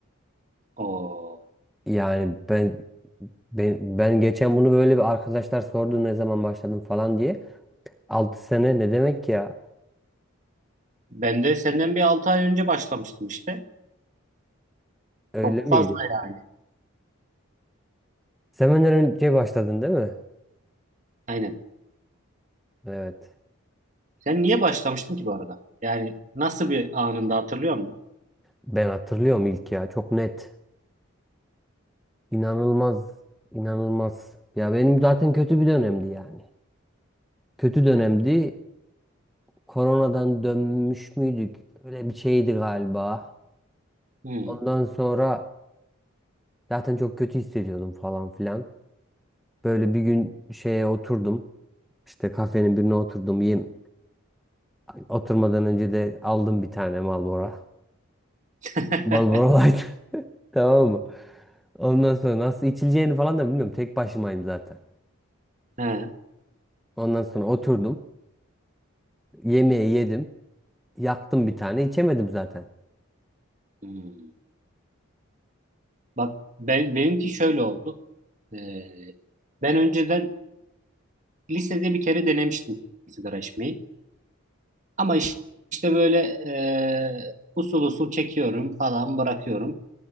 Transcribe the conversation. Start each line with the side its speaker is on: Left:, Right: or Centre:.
Right: Oo.
Centre: Yani ben ben, ben geçen bunu böyle bir arkadaşlar sordu ne zaman başladım falan diye. altı sene ne demek ya?
Right: Ben de senden bir 6 ay önce başlamıştım işte.
Centre: Öyle
Right: Çok
Centre: miydi?
Right: fazla yani.
Centre: Sevmeden önce başladın değil mi?
Right: Aynen.
Centre: Evet.
Right: Sen niye başlamıştın ki bu arada? Yani nasıl bir anında hatırlıyor musun?
Centre: Ben hatırlıyorum ilk ya. Çok net. İnanılmaz. inanılmaz. Ya benim zaten kötü bir dönemdi yani. Kötü dönemdi.
Right: Yani.
Centre: Koronadan dönmüş müydük? Öyle bir şeydi galiba.
Right: Hı.
Centre: Ondan sonra zaten çok kötü hissediyordum falan filan. Böyle bir gün şeye oturdum. İşte kafenin birine oturdum. Yem oturmadan önce de aldım bir tane Marlboro.
Right: <laughs>
Centre: Marlboro Light. <laughs> Tamam mı? Ondan sonra nasıl içileceğini falan da bilmiyorum. Tek başımayım zaten.
Right: Ha.
Centre: Ondan sonra oturdum. Yemeği yedim. Yaktım bir tane. içemedim zaten.
Right: Hmm. Bak ben benimki şöyle oldu. Ee, ben önceden lisede bir kere denemiştim sigara içmeyi. Ama iş- işte böyle e, usul usul çekiyorum falan bırakıyorum.